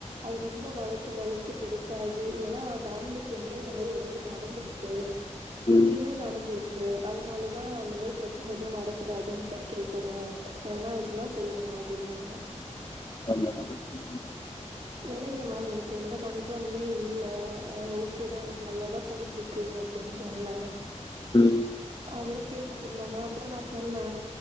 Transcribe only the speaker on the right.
அத ரொம்ப வளத்து வளத்து பெருசாகி ஏனா பேங்ளூர் டீம்ல இந்த மாரி ஒரு வாட்டி நடந்திருக் க்கு
இங்கயுமே நடந்துரு க்கு அதனாலதான் அந்த மாரி பிரச்சனை எதுவும் வர கூடாதுன்ட்டு கேக்குறோம் எவன்னா இருந்தா சொல்லுங்க அப்டின்னாங்க
இல்லைங்க மேம் எனக்கு எந்த கன்சர்னுமே இல்ல ஓகேதான் எனக்கு நல்லாதான் போய்ட்டு இருக்கு அப்டின்னு சொன்ன
அப்பறம் கேட்டுட்டு இருந்தாங்க அப்பறம் நான் சொன்ன